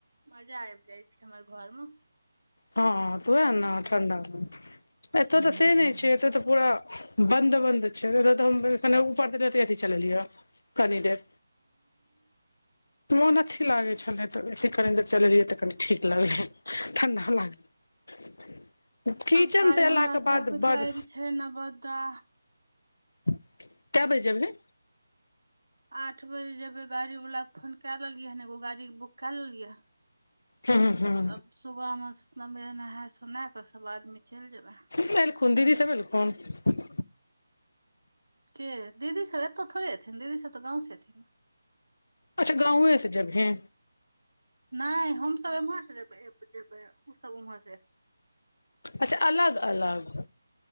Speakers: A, on the right; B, on the left.
A: मजा आइब जाइ छै हमर घरमे
B: हँ तू हं ने ठडा ह एतऽ
A: हूँ
B: तऽ से नहि छै एतऽ तऽ पूरा बन्द बन्द छय हम ऊपर तऽ अथ चलेलियै कनि देर मोन अथी लागे छले तऽ बेसी करेडर चले रहि तऽ कनि ठीक लागल ठण्डा लागल कीचनसँ
A: आब काल्हि
B: अयलाके
A: हमरा सबके
B: बाद बड़
A: जाइके छै नवद्दा
B: कय बाजेने
A: आठ बजे जेबै गाड़ीवलाके फोन कए लेलियै हन एगो गाड़ी बुक कए लेलियै हन
B: हँ हँ
A: तब सुबह में सम नहा सोना कऽ सभ आदमी चलि जेबै
B: समएलखुन दीदी सब एलखुन तन
A: के दीदी सब एतौ थोड़े हेथिन दीदी सब तऽ गाँव से एथिन
B: अच्छा गाँंवए से जब हैं
A: नय हम सब एम्हर से जेब जेबे ओ सब उम्हर
B: अच्छा अलग अलग